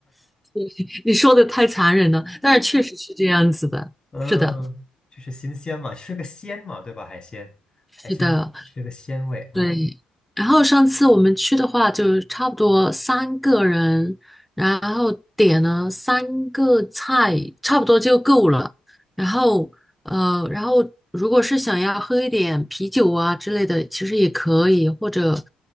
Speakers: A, in the centre; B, on the left (about 30°).
A: <laughs> 你说的太残忍了，但是确实是这样子的，
B: 嗯，
A: 是的。
B: 就是新鲜嘛，吃个鲜嘛，对吧？海鲜，海鲜就是吃个鲜味，
A: 是的，
B: 嗯，
A: 对。然后上次我们去的话，就差不多三个人，然后点了三个菜，差不多就够了。然后，呃，然后如果是想要喝一点啤酒啊之类的，其实也可以，或者，